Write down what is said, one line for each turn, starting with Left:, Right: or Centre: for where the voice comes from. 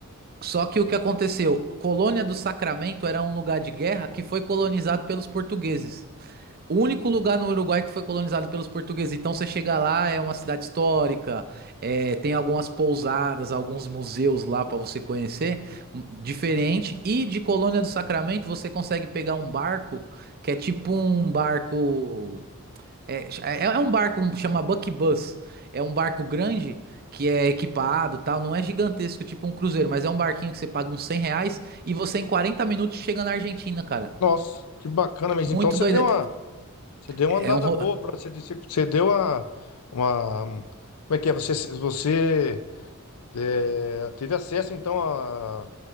Right: só que o que aconteceu? Colônia do Sacramento era um lugar de guerra que foi colonizado pelos portugueses. O único lugar no Uruguai que foi colonizado pelos portugueses. Então você chega lá, é uma cidade histórica, é, tem algumas pousadas, alguns museus lá para você conhecer, m- diferente. E de Colônia do Sacramento você consegue pegar um barco que é tipo um barco. É, é é um barco, um- chama Buck Bus. É um barco grande que é equipado, tal. Não é gigantesco, tipo um cruzeiro, mas é um barquinho que você paga uns 100 reais e você em 40 minutos chega na Argentina, cara.
Left: Nossa, que bacana, mas
Right: Muito
Left: então você
Right: doido.
Left: deu uma, você deu uma
Right: É
Left: andada
Right: é um. ro-
Left: boa para você, você deu uma, uma, como é que é? Você, você É, teve acesso, então, a,